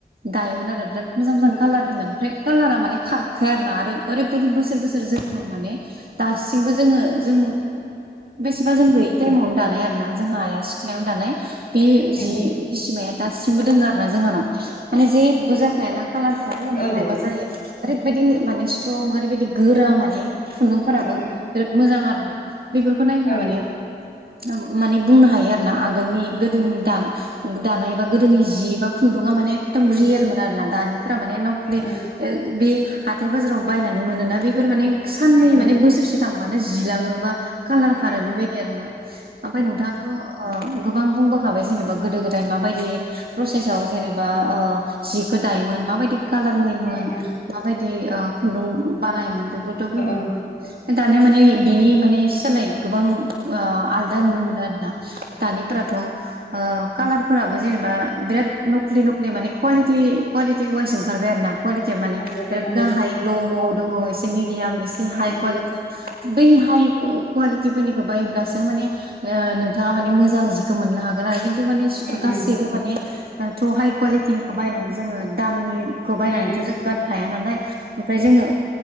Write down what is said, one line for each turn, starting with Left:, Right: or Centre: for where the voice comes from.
Right: दायोमोन आरो बिराद मोजां मोजां
Left: उम
Right: कालारनिमोन ओमफ्राय कालारा माने खारखाया आरो ना आरो ओरैबायदि
Left: उम
Right: बोसोर बोसोर जोरोमोन माने दासिमबो जोंङो जों बेसेबा जों गैयै टाइमावनो दानाय आरो ना जोंहा आइया सिख्लायावनो दानाय बे
Left: उम
Right: जि
Left: उम
Right: हि सिमाया दासिमबो दोङो आरो ना जोंहानाव माने जेबो जाखायाना खालार खारो ना
Left: औ
Right: मायबा जायो ओरैबायदि माने स्ट्रं ओरैबायदि गोरा माने खुन्दुंफोराबो
Left: उम उम
Right: बिराद मोजां आरोना बेफोरखौ नायोब्ला
Left: औ
Right: माने माने बुंनो हायो आरो ना आगोलनि गोदोनि दा दानाय एबा गोदोनि जि खुन्दुङा माने एकदम
Left: उम उम
Right: रियेलमोन आरो ना दानिफोरा माने नखलि
Left: उम
Right: बे हाथाय बाजाराव बायनानै मोनोना बेफोर माने साननै
Left: उम
Right: माने बोसोरसे <unintelligible> बानो जिलाङो बा कालार
Left: उम
Right: खारो बेबायदि आरो ना ओमफ्राय नोंथाङाथ' गोबां बुंबोखाबाय जेनेबा गोदो गोदाय माबायदि प्रसेसआव जेनेबा जिखौ दायोमोन माबायदि कालार होयोमोन
Left: उम उम
Right: माबायदि खुन्दुं बानायोमोन बेखौथ' बुंबोखाबाय
Left: उम
Right: दानिया माने बिनि माने सोलाय गोबां आलदा नुनो मोनो आरोना दानिफोराथ कालारफोराबो जेनेबा बिराद नख्लि नख्लि माने कुवालिटि कुवालिटि वाइस ओंखारबाय आरो ना कुवालिटिया माने
Left: नंगौ
Right: बिराद
Left: उम
Right: गाहाय ल'आव दङ एसे मिडियाम एसे
Left: उम
Right: हाइ
Left: उम
Right: कुवालिटि बै हाइ कुवालिटिफोरनिखौ बायब्लासो माने नोंथाङा माने मोजां जि खौ मोननो हागोन आरो खिन्थु माने
Left: ओ
Right: गासिबो
Left: ओ उम नंगौ उम
Right: माने दाथ हाइ कुवालिटिनिखौ बायनानै जोङो दामनिखौ बायनानैथ‌
Left: उम उम
Right: जों गाननो हाया नालाय ओमफ्राय जोङो